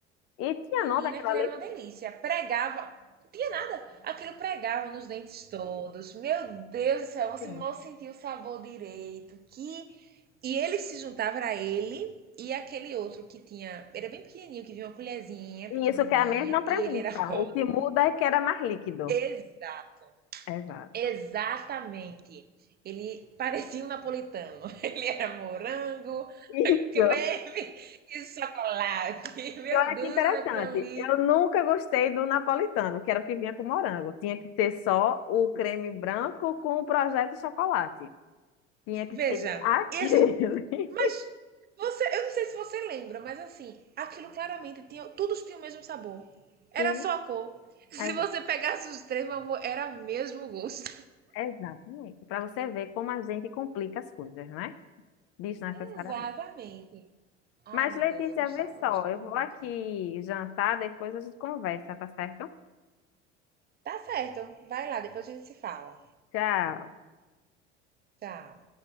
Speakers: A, on the left (about 40°); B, on the right (about 25°).
A: E tinha
B: Menina,
A: nome aquela
B: aquilo
A: lei?
B: era uma delícia. Pregava, não tinha nada. Aquilo pregava nos dentes todos. Meu Deus do céu, você
A: Sim.
B: mal sentia o sabor direito. Que e ele se juntava era ele e aquele outro que tinha, era bem pequenininho, que vinha uma colherzinha pequenininha
A: E isso que é a mesma
B: e
A: premissa.
B: ele era <laughs> rosa.
A: O que muda é que era mais líquido.
B: Exato.
A: Exato.
B: Exatamente. Ele parecia um napolitano. <laughs> Ele era morango, <laughs>
A: Isso.
B: creme e chocolate. Meu
A: E olha
B: Deus,
A: que interessante.
B: aquilo ali.
A: Eu nunca gostei do napolitano, que era o que vinha com morango. Tinha que ser só o creme branco com o projeto de chocolate. Tinha que
B: Veja,
A: ser aquele.
B: e a gente,
A: <laughs>
B: Mas você, eu não sei se você lembra, mas assim, aquilo claramente tinha, todos tinham o mesmo sabor. Era
A: Sim,
B: só a cor. <laughs> Se
A: exato.
B: você pegasse os três, meu amor, era mesmo gosto.
A: Exatamente. Para você ver como a gente complica as coisas, né? Desnecessariamente.
B: Exatamente. Ai,
A: Mas,
B: meu
A: Letícia,
B: Deus, eu gostava,
A: vê só,
B: eu gostava
A: eu vou
B: muito.
A: aqui jantar, depois a gente conversa, tá certo?
B: Tá certo. Vai lá, depois a gente se fala.
A: Tchau.
B: Tchau.